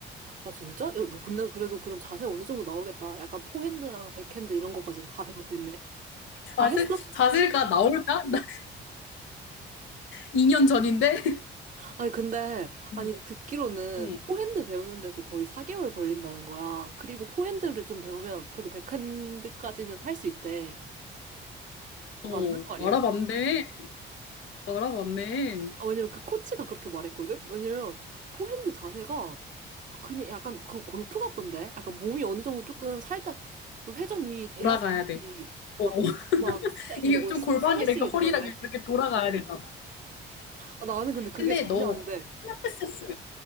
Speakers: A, on the right; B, on the left.
A: 아, 진짜? 야, 너 근데 그래도 그럼 자세 어느 정도 나오겠다. 약간 포핸드랑 백핸드 이런 것까지는 다 배웠겠네. 다
B: 자세,
A: 했어?
B: 자세가 나올까? <laughs> 나 2년 전인데.
A: 아니, 근데,
B: 음,
A: 아니,
B: <laughs>
A: 듣기로는
B: 음.
A: 포핸드 배우는데도 거의 4개월 걸린다는 거야. 그리고 포핸드를 좀 배우면 그래도 백핸드까지는 할 수 있대. 그
B: 어,
A: 맞는 말이야?
B: 알아봤네. 알아봤네.
A: 아, 왜냐면 그 코치가 그렇게 말했거든? 왜냐면 포핸드 자세가 그냥 약간 그 골프 같던데? 약간 몸이 어느 정도 조금 살짝 그 회전이 돼야지
B: 돌아가야 돼. 어,
A: 막,
B: <laughs>
A: 막, 세, 그뭐
B: 이게 좀
A: 스-
B: 골반이랑
A: 스매싱이
B: 이렇게 허리랑
A: 되던데?
B: 이렇게 돌아가야 되잖아.
A: 아, 나는 근데 그게
B: 근데
A: 전혀
B: 너
A: 안 돼.
B: 필라테스 했으면